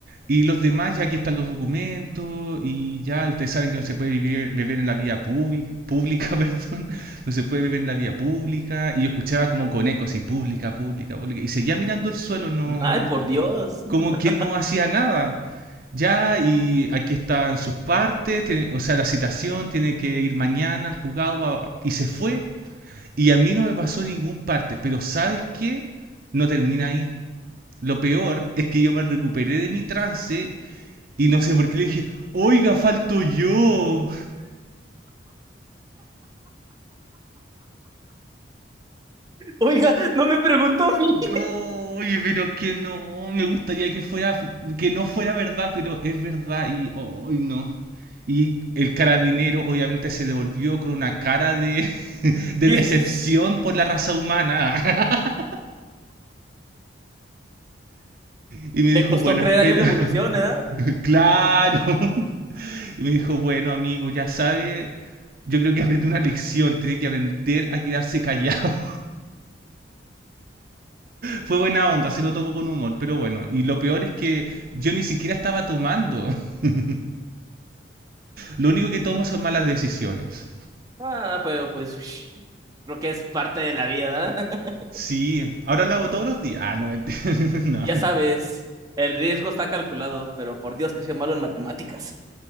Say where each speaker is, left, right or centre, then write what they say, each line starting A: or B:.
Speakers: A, on the right (about 50°); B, on the right (about 20°).
A: Y los demás, ya aquí están los documentos, y ya ustedes saben que no se puede vivir, beber en la vía púbi- pública, <laughs> perdón, no se puede beber en la vía pública, y yo escuchaba como con eco así, pública, pública, pública, y seguía mirando el suelo, no,
B: Ay, por Dios. <laughs>
A: como que no hacía nada. Ya, y aquí están sus partes, te- o sea, la citación, tiene que ir mañana al juzgado, pa, pa, pa. y se fue, y a mí no me pasó ningún parte, pero ¿sabes qué? No termina ahí. Lo peor es que yo me recuperé de mi trance y no sé por qué le dije, oiga, falto yo.
B: Oiga, no me preguntó a mí.
A: Oye, pero es que no, me gustaría que fuera, que no fuera verdad, pero es verdad y hoy no. Y el carabinero obviamente se devolvió con una cara de, <laughs> de
B: <laughs>
A: decepción por la raza humana. <laughs> Y me
B: Me
A: dijo,
B: costó
A: bueno,
B: creer
A: espero.
B: años de
A: <laughs>
B: evolución, ¿eh?
A: Claro. <laughs> Y me dijo, bueno, amigo, ya sabe, yo creo que aprendí una lección, tiene que aprender a quedarse callado. Fue buena onda, se lo tomó con humor, pero bueno. Y lo peor es que yo ni siquiera estaba tomando. <laughs> Lo único que tomo son malas decisiones.
B: Ah, pero pues ush, creo que es parte de la vida, ¿eh? <laughs>
A: Sí, ahora lo hago todos los días. Ah, no, mentira. <laughs> no.
B: Ya sabes, el riesgo está calculado, pero por Dios que soy malo en matemáticas.